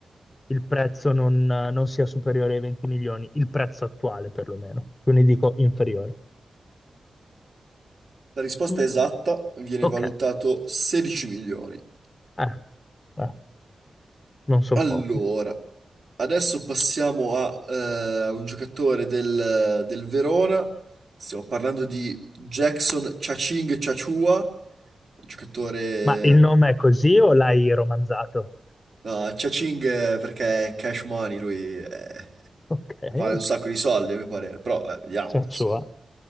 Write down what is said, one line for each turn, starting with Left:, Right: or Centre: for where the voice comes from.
Left: il prezzo non, non sia superiore ai 20 milioni, il prezzo attuale perlomeno, quindi dico inferiore.
Right: La risposta
Left: Mm.
Right: esatta viene
Left: Ok,
Right: valutato 16 milioni.
Left: eh, eh, non sono
Right: Allora.
Left: pochi.
Right: Adesso passiamo a eh, un giocatore del, del Verona. Stiamo parlando di Jackson Chaching Chachua, giocatore...
Left: Ma il nome è così o l'hai romanzato?
Right: No, Chaching eh, perché è cash money, lui eh,
Left: Okay,
Right: vale
Left: okay.
Right: un sacco di soldi a mio parere, però eh, vediamo
Left: Ciacciua.
Right: adesso.